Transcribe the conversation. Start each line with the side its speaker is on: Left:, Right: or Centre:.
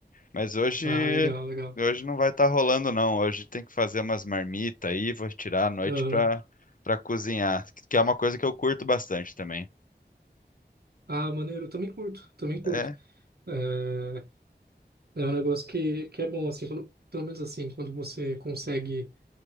Left: Mas hoje,
Right: Ah, legal, legal.
Left: hoje não vai estar rolando, não. Hoje tem que fazer umas marmitas aí, vou tirar a noite
Right: Aham.
Left: pra, pra cozinhar, que é uma coisa que eu curto bastante também.
Right: Ah, maneiro, eu também curto, também
Left: É,
Right: curto. É, é um negócio que, que é bom, assim, quando, pelo menos assim, quando você consegue